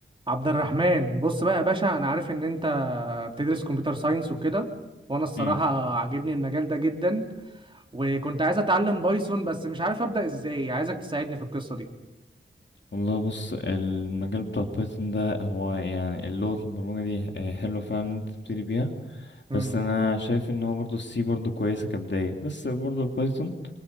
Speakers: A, on the right; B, on the left.
A: عبد الرحمن بص بقى يا باشا انا عارف ان انت بتدرس كمبيوتر ساينس وكده وانا الصراحة
B: مم.
A: عاجبني المجال ده جدا وكنت عايز اتعلم بايثون بس مش عارف ابدأ ازاي عايزك تساعدني في القصة دي
B: والله بص المجال بتاع بايثون ده هو يعني اللغة البرمجة دي آه، حلوة فعلا إن انت تبتدي بيها
A: امم
B: بس انا شايف ان هو برضو السي برضو كويسة كبداية بس برضو البايثون